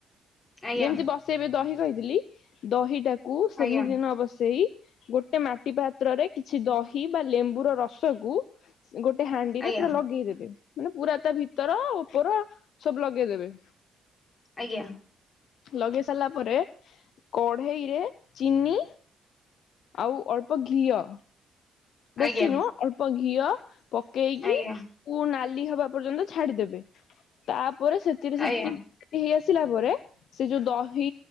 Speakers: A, on the left; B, on the left.
A: ଆଜ୍ଞା
B: ଯେମିତି ବସେଇବେ ଦହି କହିଥିଲି ଦହିଟାକୁ ସେମିତି
A: ଆଜ୍ଞା
B: ନ ବସେଇ ଗୋଟ୍ ଗୋଟେ ମାଟି ପାତ୍ରରେ କିଛି ଦହି ବା ଲେମ୍ବୁର ରସକୁ ଗୋଟେ ହାଣ୍ଡିରେ
A: ଆଜ୍ଞା
B: ପୁରା ଲଗେଇଦେବେ ମାନେ ପୁରା ତା ଭିତର ଉପର ସବୁ ଲଗେଇଦେବେ
A: ଆଜ୍ଞା।
B: ଲଗେଇ ସାରିଲା ପରେ କଢେଇରେ ଚିନି ଆଉ ଅଳ୍ପ ଘିଅ ବେଶୀ
A: ଆଜ୍ଞା
B: ନୁହଁ ଅଳ୍ପ ଘିଅ ପକେଇକି
A: ଆଜ୍ଞା
B: କୁ ନାଲି ହବା ପର୍ଯ୍ୟନ୍ତ ଛାଡିଦେବେ ତାପରେ ସେଥିରେ ସେଠିକି
A: ଆଜ୍ଞା
B: ହେଇ ଆସିଲା ପରେ ସେ ଯଉ ଦହି